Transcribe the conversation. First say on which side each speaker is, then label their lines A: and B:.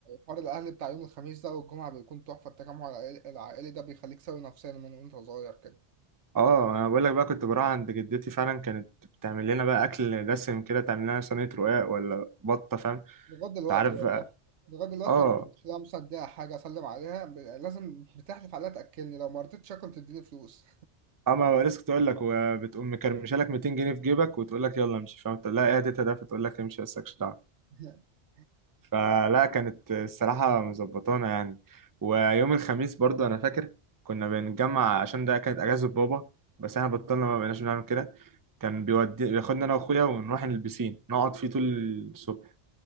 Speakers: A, on the right; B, on the right.
A: حوار الاهل بتاع يوم الخميس ده والجمعه بيكون تحفه التجمع العائل- العائلي ده بيخليك سوي نفسيا من وانت صغير كده
B: اه انا بقول لك بقى كنت بروح عند جدتي فعلا كانت بتعمل لنا بقى اكل دسم كده تعمل لنا صينيه رقاق ولا بطه فاهم
A: لغايه دلوقتي
B: انت عارف
A: والله
B: بقى
A: لغايه دلوقتي
B: اه
A: لما بمشي لها مثلا اديها حاجه اسلم عليها ب- لازم بتحلف عليها تاكلني لو ما رضيتش اكل تديني فلوس
B: اما لسه كنت اقول لك وبتقوم مكرمشه لك 200 جنيه في جيبك وتقول لك يلا امشي فاهم تقول لها ايه يا تيتا ده فتقول لك امشي بس مالكش دعوه
A: <laughs>
B: فلا كانت الصراحه مظبطانا يعني ويوم الخميس برضو انا فاكر كنا بنتجمع عشان ده كانت اجازه بابا بس احنا بطلنا ما بقيناش بنعمل كده كان بيودي بياخدنا انا واخويا ونروح البسين نقعد فيه طول الصبح